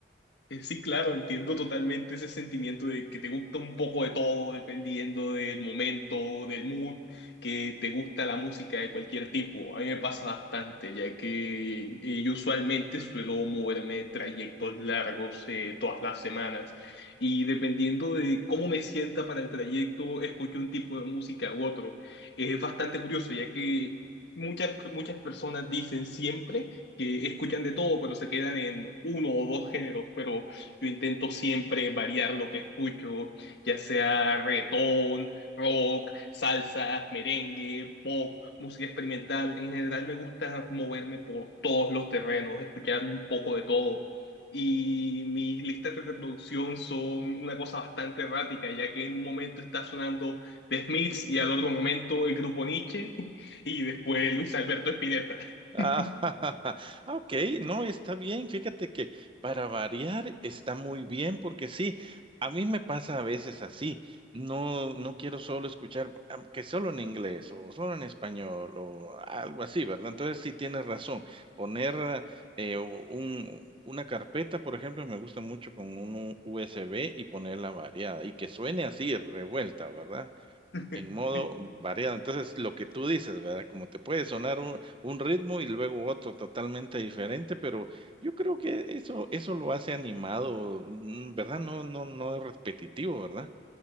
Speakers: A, on the left; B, on the right.
A: Eh, Sí, claro, entiendo totalmente ese sentimiento de que te gusta un poco de todo, dependiendo del momento, del mood, que te gusta la música de cualquier tipo. A mí me pasa bastante, ya que eh, yo usualmente suelo moverme trayectos largos eh, todas las semanas y dependiendo de cómo me sienta para el trayecto, escucho un tipo de música u otro. Es bastante curioso, ya que muchas, muchas personas dicen siempre que escuchan de todo, pero se quedan en uno o dos géneros, pero yo intento siempre variar lo que escucho, ya sea reggaetón, rock, salsa, merengue, pop, música experimental. En general me gusta moverme por todos los terrenos, escuchar un poco de todo. Y mis listas de reproducción son una cosa bastante errática, ya que en un momento está sonando The Smiths y al otro momento el grupo Nietzsche <laughs> y después Luis Alberto Spinetta. <laughs>
B: Ah, <laughs> ah, ok, no, está bien. Fíjate que para variar está muy bien porque sí, a mí me pasa a veces así. No, no quiero solo escuchar am, que solo en inglés o solo en español o algo así, ¿verdad? Entonces sí tienes razón. Poner ah, eh, un, una carpeta, por ejemplo, me gusta mucho con un USB y ponerla variada y que suene así revuelta, ¿verdad?
A: <laughs>
B: En modo variado. Entonces, lo que tú dices, ¿verdad? Como te puede sonar un, un ritmo y luego otro totalmente diferente, pero yo creo que eso, eso lo hace animado, mm, ¿verdad? No, no, no es repetitivo, ¿verdad?